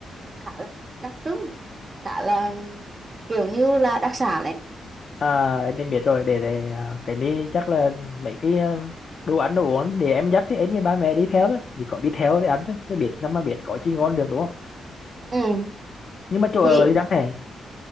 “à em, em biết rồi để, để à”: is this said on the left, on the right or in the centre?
Left